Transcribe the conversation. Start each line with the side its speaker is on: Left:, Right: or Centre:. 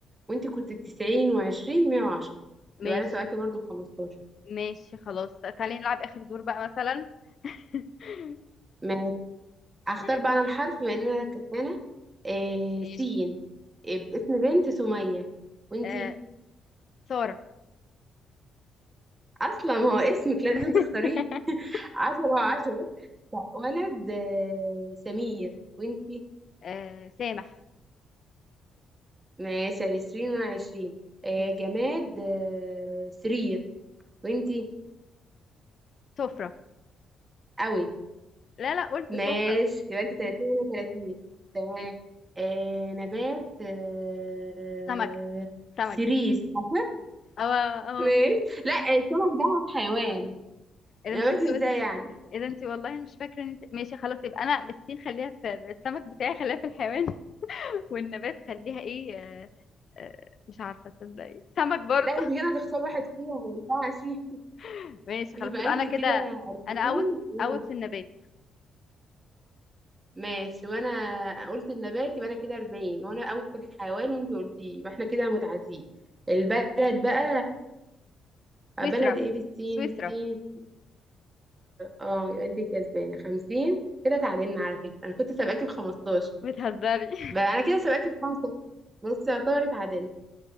Right: وانت كنت تسعين وعشرين مية وعشرة يبقى
Left: ماشي
Right: أنا سبقتي برضه بخمستاشر
Left: ماشي خلاص تعالي نلعب اخر دور بقى مثلا <laughs>
Right: تمام، اختار
Left: آه،
Right: بقى انا الحرف بما ان انا كسبانه آه
Left: ماشي
Right: سين آه باسم بنت سميه وانتي
Left: آه، سارة
Right: اصلا هو اسمك لازم
Left: <laughs>
Right: تختاريه عشرة وعشرة لا، ولد آه سمير وانتي
Left: آه، سامح
Right: ماشي عشرين وانا عشرين آه
Left: ماشي
Right: جماد آه سرير وانتي
Left: سفرة
Right: اوت
Left: لا لا قلت
Right: ماشي
Left: سفرة
Right: يبقى انت تلاتين وانا تلاتين تمام
Left: ماشي.
Right: آه نبات آه
Left: سمكة سمك
Right: سيريس عارفة
Left: اه اه
Right: ماشي لا السمك ده حيوان
Left: اللي
Right: انا
Left: مش
Right: بقيت
Left: انت
Right: ازاي يعني
Left: ايه ده انتي والله مش فاكره ان انت... ماشي خلاص يبقى انا بالسين خليها في السمك بتاعي خليها في الحيوان <laughs> والنبات خليها ايه آه، آه، مش عارفه تصدقي سمك برضو
Right: لا انت كده هتختار واحد فيهم ما ينفعش <laughs>
Left: <laughs> ماشي خلاص
Right: يبقى
Left: يبقى
Right: انت
Left: انا كده
Right: كده 40
Left: انا اوت
Right: وانا
Left: اوت في النبات
Right: ماشي وانا قلت النبات يبقى انا كده 40 وانا اول في الحيوان وانت قلتيه يبقى احنا كده متعادلين البلد بقى بلد
Left: سويسرا
Right: ايه بالسين
Left: سويسرا
Right: السين اه يبقى انت كسبانه 50 كده تعادلنا على فكره انا كنت سابقاكي ب 15
Left: بتهزري <laughs>
Right: بقى انا كده سابقاكي بخمسه بس يعتبر اتعادلنا